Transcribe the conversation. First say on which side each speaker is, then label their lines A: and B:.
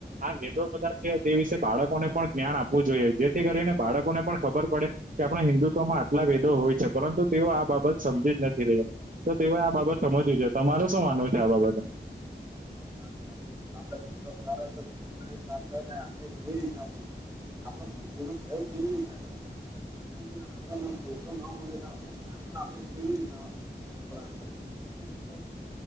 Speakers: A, on the right; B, on the right.
A: આ વેદો બધા છે, તે વિશે બાળકોને પણ જ્ઞાન આપવું જોઈએ જેથી કરીને બાળકોને પણ ખબર પડે કે આપણા હિન્દુત્વમાં આટલા ભેદો હોય છે, પરંતુ તેઓ આ બાબત સમજી જ નથી રહ્યા તો તેઓએ આ બાબત સમજવી છે, તમારુ શું માનવું છે, આ બાબતે?
B: તમારી આપણે પુસ્તક દ્વારા જો જ્ઞાનના પ્રાપ્ત થાય આપણે કેવી રીતના ભૂલએ આપણા બુદ્ધિનો પ્રયોગ કેવી રીતના કરીશું જ્ઞાનનો જો આપણ પુરતો ન મળે તો આપણે જ્ઞાનમાં આપણે કેવી રીતના <unintelligible> એટલે મે ત